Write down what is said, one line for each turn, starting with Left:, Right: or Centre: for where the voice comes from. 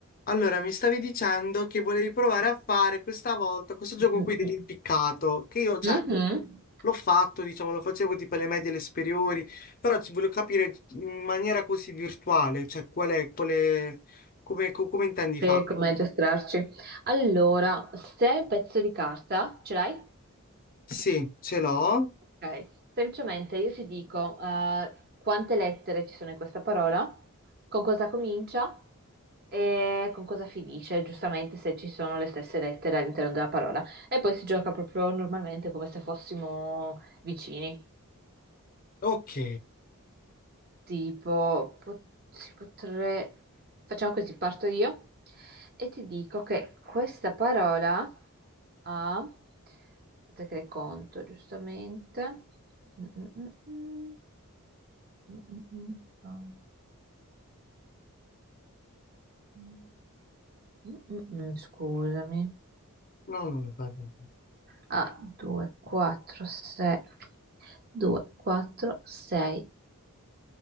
Left: Allora, mi stavi dicendo che volevi provare a fare questa volta questo gioco
Right: Mhm.
Left: qui dell'impiccato, che io, cioè,
Right: Mhm.
Left: l'ho fatto, diciamo, lo facevo tipo alle medie e alle superiori, però ci voglio capire in maniera così virtuale, cioè, qual è, qual è, come, co- come intendi
Right: Per
Left: farlo?
Right: come aggiustarci. Allora, se hai un pezzo di carta ce l'hai?
Left: Sì, ce l'ho.
Right: Ok. Semplicemente io ti dico eh, quante lettere ci sono in questa parola, con cosa comincia e con cosa finisce, giustamente se ci sono le stesse lettere all'interno della parola. E poi si gioca proprio normalmente come se fossimo vicini.
Left: Ok.
Right: Tipo, pot- si potrebbe... Facciamo così, parto io e ti dico che questa parola ha... Aspetta che le conto, giustamente. Mm, mm, mm, mm, mm, mm, mm, mm, Scusami.
Left: No, non lo faccio.
Right: A 2, 4, 6, 2, 4, 6,